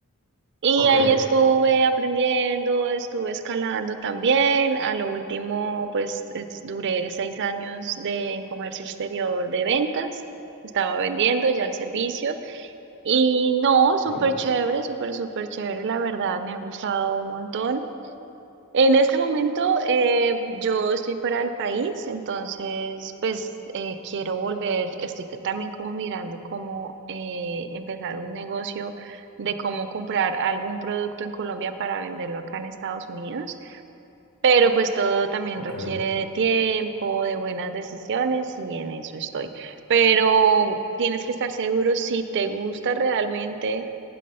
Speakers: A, on the right; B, on the left.
A: Y
B: ok,
A: ahí estuve aprendiendo, estuve escalando también. A lo último, pues es- duré seis años de, en comercio exterior de ventas. Estaba vendiendo ya el servicio. Y no,
B: ok,
A: súper chévere, súper, súper chévere, la verdad, me ha gustado un montón. En este momento eh, yo estoy fuera del país, entonces pues eh, quiero volver, estoy c- también como mirando cómo eh, empezar un negocio de cómo comprar algún producto en Colombia para venderlo acá en Estados Unidos, pero pues todo también
B: ok,
A: requiere de tiempo, de buenas decisiones y en eso estoy. Pero tienes que estar seguro si te gusta realmente